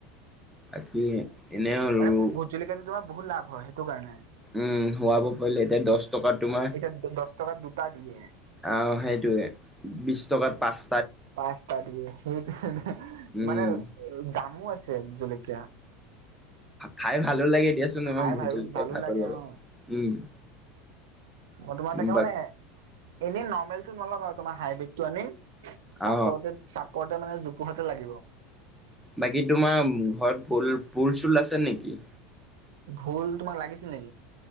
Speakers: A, in the centre; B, on the right.
A: বাকী এনেও
B: মানে ভোত জলকীয়াটো তোমাৰ বহুত লাভ হয় সেইটো কাৰণে
A: উম হোৱাব পাৰিলে এতিয়া দহ টকা তোমাৰ
B: এতিয়া দহ টকাত দুটা দিয়ে
A: আহ সেইটোয়ে বিশ টকাত পাঁচ
B: পাচটা দিয়ে সেইটো
A: উম
B: মানে দামো আছে জলকীয়া
A: খাই ভালো লাগে দিয়াচোন
B: খাই
A: আমাৰ ভূতলকীয়া
B: ভাল ভালো
A: ভাতৰ
B: লাগে
A: লগত
B: অ
A: উম
B: ফটোমাত দেখাবানে‌
A: বা
B: এনে নৰ্মেলটো নলগাও আৰু তোমাৰ হাইব্ৰীডটো আনিম চাপৰতে
A: অ
B: চাপৰতে মানে জোপোহাতে লাগিব।
A: বাকী তোমাৰ ঘৰত পুল পুল, পুল চুল আছে নেকি?
B: ভুল তোমাক লাগিছে নেকি?